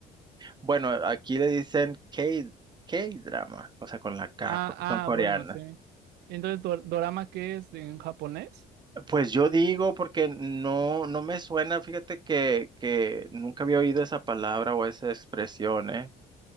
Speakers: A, on the right (about 25°); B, on the right (about 75°).
A: Bueno, aquí le dicen K, K-drama, o sea, con la K,
B: Ah,
A: porque son coreanas.
B: ah, bueno, sí. Entonces, dor- ¿dorama qué es en japonés?
A: Pues yo digo, porque no, no me suena, fíjate que, que nunca había oído esa palabra o esa expresión, ¿eh?